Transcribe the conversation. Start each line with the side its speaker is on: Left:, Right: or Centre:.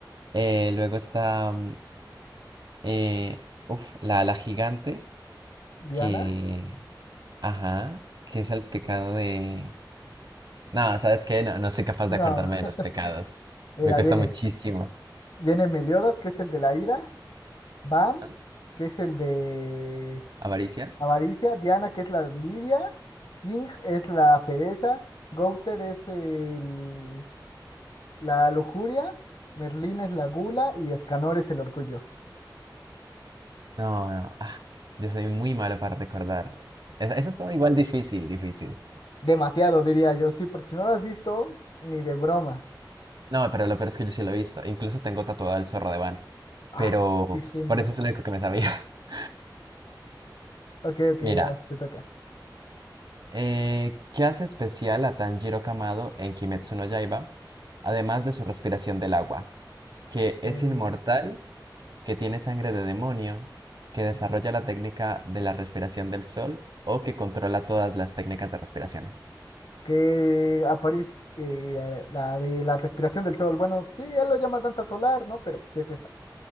Right: eh, luego está... mm, eh, uf, la, la gigante,
Left: Diana.
Right: que... Ajá, que es el pecado de... No, ¿sabes qué? No, no soy capaz
Left: No.
Right: de acordarme de
Left: <laughs>
Right: los pecados.
Left: Mira,
Right: Me cuesta
Left: viene.
Right: muchísimo.
Left: Viene Meliodas, que es el de la ira. Van,
Right: ¿Ah?
Left: que es el de
Right: ¿Avaricia?
Left: avaricia. Diana, que es la envidia. King es la pereza. Gouter es el... La lujuria, Merlín es la gula y Escanor es el orgullo.
Right: No, no. Ah, yo soy muy malo para recordar. Esa, esa estaba igual difícil, difícil.
Left: Demasiado, diría yo, sí, porque si no lo has visto, ni de broma.
Right: No, pero lo peor es que yo sí lo he visto. Incluso tengo tatuado el zorro de Van.
Left: Ah,
Right: Pero
Left: qué genial.
Right: por eso es lo único que me sabía. <laughs>
Left: Ok, ok,
Right: Mira,
Left: va, te toca.
Right: eh, ¿qué hace especial a Tanjiro Kamado en Kimetsu no Yaiba? Además de su respiración del agua. Que
Left: Eh,
Right: es inmortal, que tiene sangre de demonio, que desarrolla la técnica de la respiración del sol o que controla todas las técnicas de respiraciones.
Left: que aparece eh, la de la respiración del sol. Bueno, sí, él lo llama danza solar, ¿no? Pero sí es esa.